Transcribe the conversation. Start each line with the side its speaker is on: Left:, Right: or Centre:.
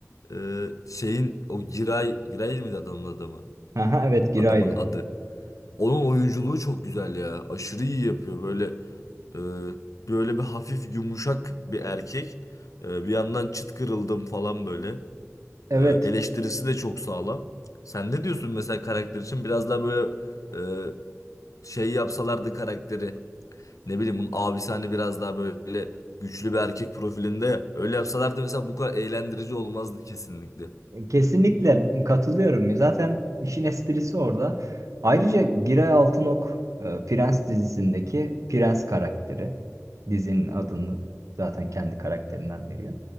Left: e, şeyin o Giray, Giray miydi adamın adamı?
Right: Aha, evet Giray'dı.
Left: Adamın adı. Onun oyunculuğu çok güzel ya. Aşırı iyi yapıyor. Böyle e, böyle bir hafif yumuşak bir erkek. E, bir yandan çıt kırıldım falan böyle.
Right: Evet.
Left: E, eleştirisi de çok sağlam. Sen ne diyorsun mesela karakter için? Biraz daha böyle e, şey yapsalardı karakteri. Ne bileyim bunun abisi hani biraz daha böyle güçlü bir erkek profilinde. ya. Öyle yapsalardı mesela bu kadar eğlendirici olmazdı kesinlikle.
Right: Kesinlikle katılıyorum. Zaten işin esprisi orada. Ayrıca Giray Altınok e, Prens dizisindeki Prens karakteri. Dizinin adını zaten kendi karakterinden veriyor.